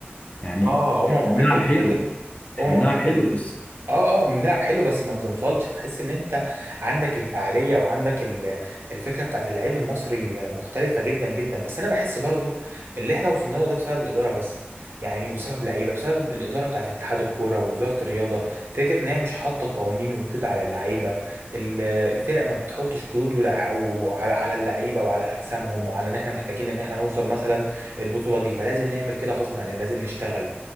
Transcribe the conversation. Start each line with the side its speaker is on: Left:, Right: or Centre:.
Left: يعني
Right: اه امم
Left: بنلعب
Right: افريقيا اللي
Left: حلو
Right: فاتت
Left: احنا
Right: امم
Left: بنلعب
Right: افريقيا
Left: حلو بس
Right: اه اه بنلعب حلو بس ما بنوصلش تحس ان انت عندك الفعاليه وعندك ال- الفكره بتاعت اللعيب المصري مختلفه جدا جدا بس انا بحس برضو اللي احنا وصلنا له ده بسبب الاداره بس يعني مش بسبب لعيبه بسبب الاداره بتاعت اتحاد الكوره ووزاره الرياضه فكره ان هي مش حاطه قوانين وقيود على اللعيبه ال- الفرق ما بتحطش قيود ولا- أو على على اللعيبه وعلى اجسامهم وعلى ان احنا محتاجين ان احنا نوصل مثلا البطوله دي فلازم نعمل كده غصب عننا لازم نشتغل